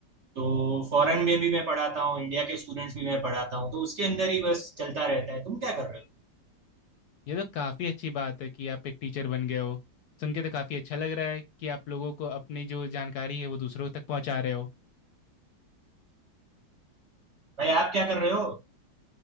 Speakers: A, on the right; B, on the left.
A: तो फॉरेन में भी मैं पढ़ाता हूँ इंडिया के स्टूडेंट्स भी मैं पढ़ाता हूँ तो उसके अंदर ही बस चलता रहता है तुम क्या कर रहे हो
B: ये तो काफी अच्छी बात है कि आप एक टीचर बन गए हो सुन के तो काफी अच्छा लग रहा है कि आप लोगों को अपनी जो जानकारी है वो दूसरों तक पहुंचा रहे हो
A: भाई आप क्या कर रहे हो